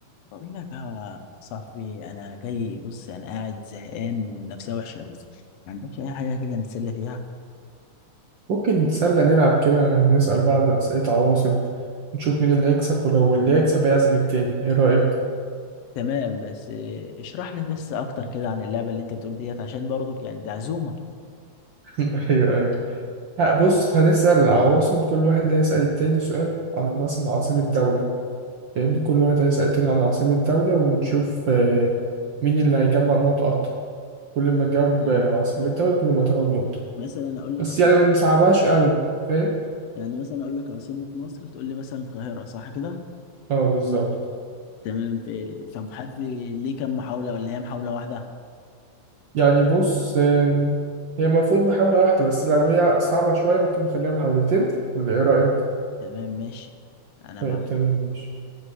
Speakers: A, on the left; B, on the right.
A: بقول لك يا صاحبي انا جاي بص انا قاعد زهقان والنفسيه وحشه قوي ما عندكش اي حاجه كده نتسلى فيها
B: ممكن نتسلى نلعب كده نسأل بعض أسئلة عواصم نشوف مين اللي هيكسب ولو اللي هيكسب هيعزم التاني ايه رأيك؟
A: تمام بس إيه، اشرح لي بس اكتر كده عن اللعبه اللي انت بتقول ديت عشان برضك يعني دي عزومه
B: <laughs> ايوه ايوه ها بص هنسأل العواصم كل واحد هيسأل التاني سؤال عن مثلا عاصمة دولة يعني كل واحد هيسأل التاني عن عاصمة دولة ونشوف آه، مين اللي هيجمع نقط أكتر كل ما تجاوب
A: يعني
B: آه، عاصمة دولة كل ما تاخد نقطة
A: مثلا اقول
B: بس
A: لك
B: يعني ما نصعبهاش قوي فاهم؟
A: يعني مثلا اقول لك عاصمه مصر تقول لي مثلا القاهره صح كده
B: اه بالظبط
A: تمام في <laughs> طب حد ليه كام محاوله ولا هي محاوله واحده
B: يعني بص آه، هي المفروض محاولة واحدة بس لو هي صعبة شوية ممكن نخليها محاولتين ولا ايه رأيك؟
A: تمام ماشي انا
B: طيب
A: معاك
B: تمام ماشي